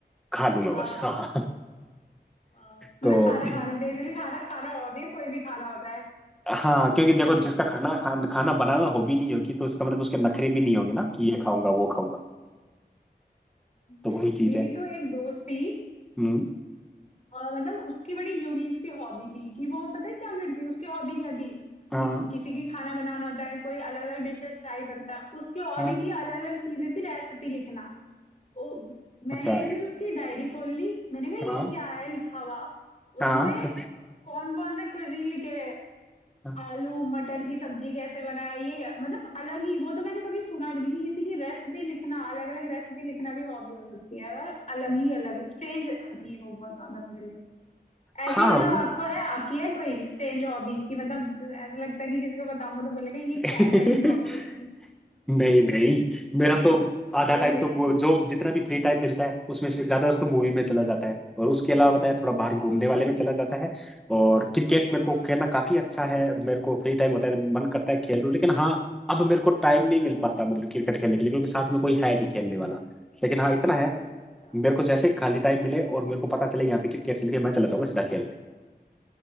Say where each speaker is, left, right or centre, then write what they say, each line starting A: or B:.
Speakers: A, in the centre; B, on the left (about 45°).
A: खा लूंगा
B: हाँ
A: बस हाँ
B: हाँ
A: तो
B: मतलब खाना खाना बेसिकली खाना खाना हो भी कोई भी खाना होता है
A: हाँ क्योंकि देखो जिसका खाना खान, खाना बनाना हॉबी नहीं होगी तो उसका मतलब उसके नखरे भी नहीं होंगे ना कि ये खाऊंगा वो खाऊंगा
B: हम्म,
A: तो वही चीज
B: मेरी
A: है
B: तो एक दोस्त थी
A: हम्म।
B: और मतलब उसकी बड़ी यूनिक सी हॉबी थी कि वो पता है क्या करती उसकी हॉबी क्या थी
A: हाँ
B: कि किसी की खाना बनाना होता है कोई अलग अलग डिशेस ट्राई करता है उसकी हॉबी
A: हाँ
B: थी अलग अलग चीजों की रेसिपी लिखना ओ मैंने
A: अच्छा
B: एक दिन उसकी डायरी खोल ली मैंने कहा
A: हाँ
B: ये क्या है लिखा हुआ
A: हाँ
B: उसमें कौन कौन से क्विजीन लिखे हुए हैं।
A: हाँ
B: आलू मटर की सब्जी कैसे बनाए ये मतलब अलग ही वो तो मैंने कभी सुना भी नहीं कि किसी की रेसिपी लिखना अलग अलग रेसिपी लिखना भी हॉबी हो सकती है पर अलग ही अलग स्ट्रेंज थी वो बहुत ज्यादा मेरे लिए
A: हाँ
B: ऐसी मतलब
A: वो-
B: आपको है आपकी है कोई स्ट्रेंज हॉबी कि मतलब जो ऐसा लगता है कि किसी को बताऊंगा तो बोलेगा ये
A: <laughs>
B: क्या कैसी हॉबी है ऐसी
A: नहीं नहीं मेरा तो आधा
B: सही
A: टाइम
B: है
A: तो मु- जो जितना भी फ्री टाइम मिलता है उसमें से ज्यादातर तो मूवी में चला जाता है और उसके अलावा बताया थोड़ा बाहर
B: हाँ
A: घूमने वाले में चला जाता है और क्रिकेट
B: हाँ
A: मेरे को खेलना काफी अच्छा है मेरे को फ्री टाइम होता है तो मन करता है खेल लूं लेकिन हाँ अब मेरे को टाइम नहीं मिल पाता मतलब क्रिकेट खेलने के लिए क्योंकि साथ में कोई है नहीं खेलने वाला लेकिन हाँ इतना है
B: अच्छा
A: मेरे को जैसे ही खाली टाइम मिले और मेरे को पता चले यहाँ पे क्रिकेट चल रही है मैं चला जाऊंगा सीधा खेलने